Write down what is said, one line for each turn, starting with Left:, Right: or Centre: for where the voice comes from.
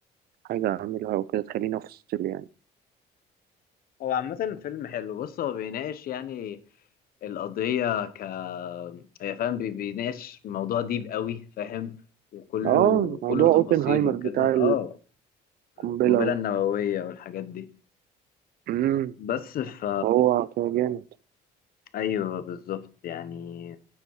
Right: حاجة أعملها وكده تخليني أفصل يعني
Left: هو عامة فيلم حلو بص هو بيناقش يعني القضية ك يا فاهم بي- بيناقش موضوع ديب قوي فاهم وكله
Right: اه موضوع
Left: كله تفاصيل
Right: اوبنهايمر
Left: وكده
Right: بتاع
Left: اه القنبلة
Right: القنبلة و...
Left: النووية والحاجات دي
Right: مم.
Left: بس ف
Right: هو كان جامد
Left: ايوه بالظبط يعني